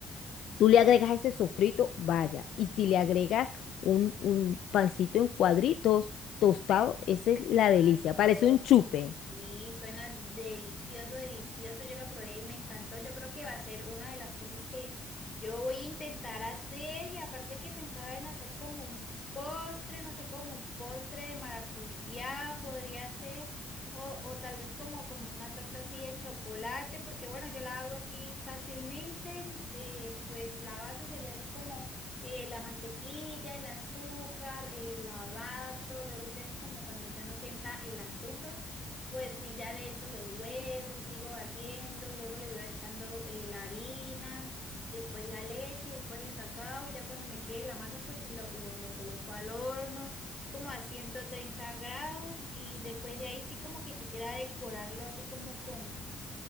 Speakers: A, on the left; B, on the left.
A: tú le agregas ese sofrito, vaya, y si le agregas un, un pancito en cuadritos tostado, esa es la
B: Ay,
A: delicia,
B: no,
A: parece un chupe.
B: su- sí, suena delicioso, delicioso. Yo la probé y me encantó. Yo creo que va a ser una de las cosas que yo voy a intentar hacer. Y aparte que pensaba en hacer como un postre, no sé, como un postre de maracuyá podría ser. O, o tal vez como, como una torta así de chocolate, porque bueno, yo la hago así fácilmente. eh, pues la base sería así como eh, la mantequilla, el azúcar, el lavato, luego ya que como cuando ya no sienta el azúcar, pues sí, ya le echo los huevos y sigo batiendo, y luego le voy echando eh, la harina, después la leche, después el cacao, y ya cuando me quede la masa, pues sí lo, lo, lo coloco al horno como a 130 grados y después de ahí sí como que quisiera decorarlo así como con